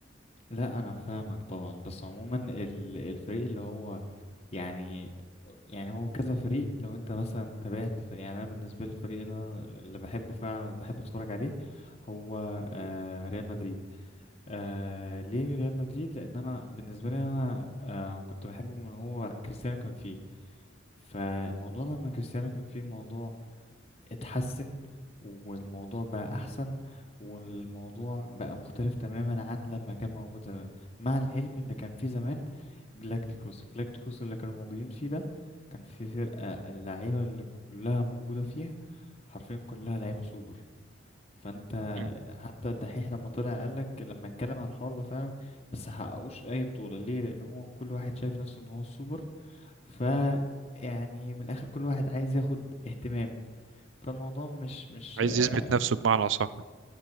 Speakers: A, on the left; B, on the right.
A: لا انا فاهمك طبعا بس عموما ال- الفريق اللي هو يعني يعني هو كذا فريق لو انت مثلا تابعت في يعني انا بالنسبه لي الفريق اللي انا اللي بحبه فعلا وبحب اتفرج عليه هو آه ريال مدريد آه ليه ريال مدريد لان انا بالنسبه لي انا آه كنت بحبه من هو كريستيانو كان فيه فالموضوع لما كريستيانو كان فيه الموضوع اتحسن والموضوع بقى احسن والموضوع بقى مختلف تماما عن لما كان موجود زمان مع العلم ان كان فيه زمان جلاكتيكوس جلاكتيكوس اللي كانوا موجودين فيه ده كان في فرقه اللعيبه اللي كلها موجوده فيها حرفيا كلها لعيبه سوبر فانت
B: مم.
A: حتى الدحيح لما طلع قالك لما اتكلم عن الحوار ده فعلا بس حققوش اي بطولة ليه لان هو كل واحد شايف نفسه ان هو السوبر ف يعني من الاخر كل واحد عايز ياخد اهتمام فالموضوع مش مش
B: عايز
A: آه،
B: يثبت نفسه بمعنى صح